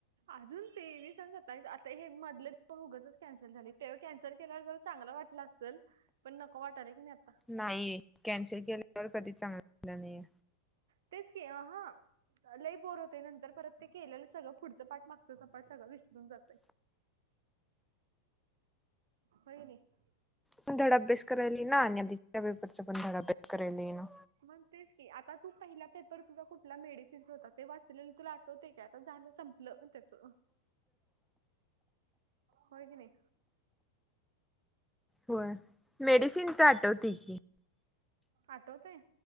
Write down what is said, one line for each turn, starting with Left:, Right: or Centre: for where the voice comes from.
Right: अजून तेवीस आणि सत्तावीस, आता हे मधले दोन उगचच कॅन्सल झाली, तेव्हा कॅन्सल केल <unintelligible> चांगलं वाटलं असल, पण नको वाटला की नाही आता.
Centre: नाही, कॅन्सल केल्यावर कधीच चांगला झालं नाहीये.
Right: तेच की, अहा- लई बोर होतेय, नंतर परत ते केलेलं सगळं पुढचं पाठ मागचं पाठ सगळं विसरून जातय. होन <unintelligible>
Centre: पण धड अभ्यास करायला ईना आणि आधच्या पेपरचा पण धड अभ्यास करायला ईना.
Right: मग तेच की, आता तू पहिला पेपर तुझा कुठला मेडिसिनस होता, ते वाचले तुला- होतय काय आता झालं संपलं त्येच, होय की नाही?
Centre: होय, मेडिसिनच आठवते की.
Right: आठवतय?